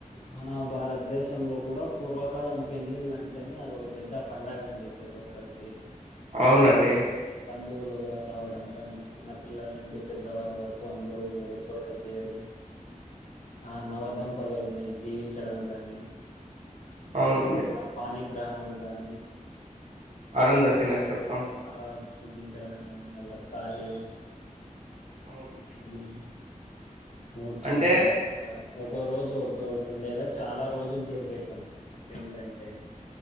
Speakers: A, on the left; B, on the right.
A: మన భారతదేశంలో కూడా పూర్వకాలం పెళ్లిళ్ళంటేనే అదొక పెద్ద పండగ అండి ప్రతి ఒక్కరికి
B: అవునండి
A: బంధువులుగా రావడం కానీ చిన్న పిల్లల నుండి పెద్దవారి వరకు అందరూ ఒక చోట చేరి ఆ నవదంపతుల్ని దీవించడం గాని
B: అవునండి
A: ఆ పాని గ్రహణం కానీ
B: అరుంధతి నక్షత్ర
A: అలా చూపించడానికి అనిాల <unintelligible> కార్యం
B: అవును
A: పెండ్లి ముహూర్తమ్
B: అంటే
A: గాని ఒక్కో రోజు ఒక్కొటి ఉండేలా చాలా రోజులు జరిగేటివి పెండ్లంటే